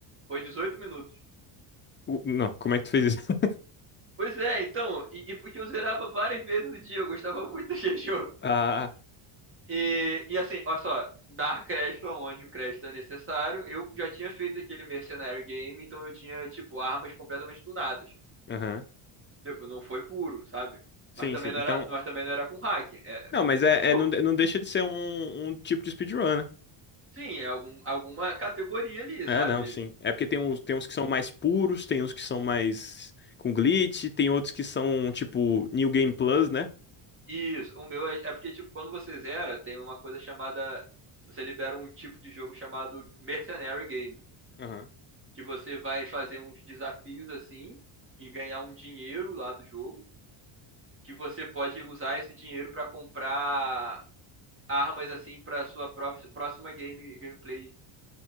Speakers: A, on the right; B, on the left.
A: foi 18 minutos.
B: O- não, como é que tu fez isso? <laughs>
A: Pois é, então. E, e porque eu zerava várias vezes no dia, eu gostava muito <laughs> desse jogo.
B: Ah,
A: E, e assim, olha só. Dar crédito aonde o crédito é necessário. Eu já tinha feito aquele mercenário game, então eu tinha, tipo, armas completamente tunadas.
B: aham.
A: Tipo, não foi puro, sabe?
B: Sim,
A: Mas também
B: sim.
A: não
B: Então.
A: era, mas também não era com hack. É, é
B: Não, mas
A: parte
B: é,
A: do jogo.
B: é- não, de- não deixa de ser um, um tipo de speedrun, né?
A: Sim, é algum, alguma categoria ali,
B: É,
A: sabe?
B: não, sim. É porque tem uns, tem uns que são mais puros, tem uns que são mais com glitch, tem outros que são tipo New Game Plus, né?
A: Isso, o meu é, é porque, tipo, quando você zera, tem uma coisa chamada. Você libera um tipo de jogo chamado Mercenary Game,
B: Aham,
A: que você vai fazer uns desafios assim e ganhar um dinheiro lá do jogo, que você pode usar esse dinheiro pra comprar armas assim para sua pró- próxima game gameplay